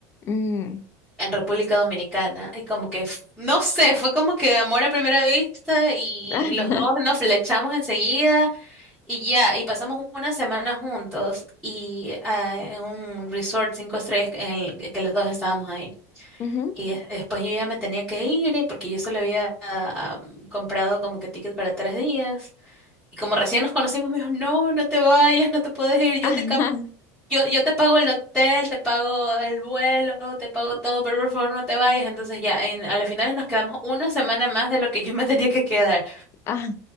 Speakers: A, on the left; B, in the centre.
A: mm.
B: en República Dominicana y como que, f- no sé, fue como que amor a primera vista y
A: <laughs>
B: los dos nos flechamos enseguida y ya, y pasamos una semana juntos y ah, en un resort cinco estrellas en el que los dos estábamos ahí.
A: Ujú,
B: Y des- después yo ya me tenía que ir eh, porque yo solo había ah, ah, comprado como que ticket para tres días. Y como recién nos conocimos, me dijo, no, no te vayas, no te puedes ir, yo
A: ajá,
B: te cambio yo, yo te pago el hotel, te pago el vuelo, te pago todo, pero por favor no te vayas. Entonces ya, en, a las finales nos quedamos una semana más de lo que yo me tenía que quedar.
A: ah.